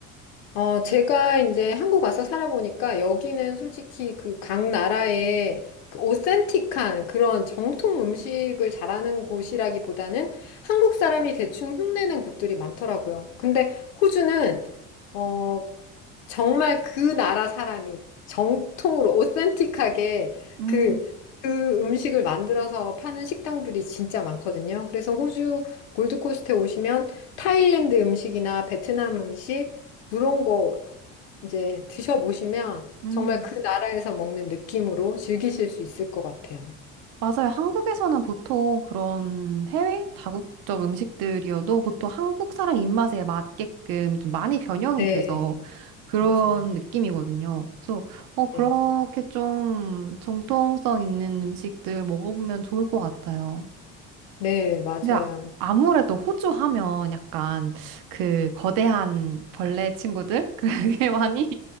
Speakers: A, on the left; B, on the right.
A: 어, 제가 이제 한국 와서 살아보니까 여기는 솔직히 그 각 나라의 그 오센틱한 그런 정통 음식을 잘하는 곳이라기보다는 한국 사람이 대충 흉내낸 곳들이 많더라고요. 근데 호주는 어, 정말 그 나라 사람이 정통으로 오센틱하게
B: 음,
A: 그, 그 음식을 만들어서 파는 식당들이 진짜 많거든요. 그래서 호주 골드코스트에 오시면 타일랜드 음식이나 베트남 음식 그런 거 이제 드셔보시면
B: 음.
A: 정말 그 나라에서 먹는 느낌으로 즐기실 수 있을 것 같아요.
B: 맞아요. 한국에서는 보통 그런 해외 다국적 음식들이어도 보통 한국 사람 입맛에 맞게끔 좀 많이 변형이
A: 네,
B: 돼서 그런
A: 맞아요.
B: 느낌이거든요. 그래서 어 그렇게
A: 네,
B: 좀 정통성 있는 음식들 먹어보면 좋을 것 같아요.
A: 네, 맞아요.
B: 근데 아- 아무래도 호주 하면 약간 그 거대한 벌레 친구들 그게 <laughs> 많이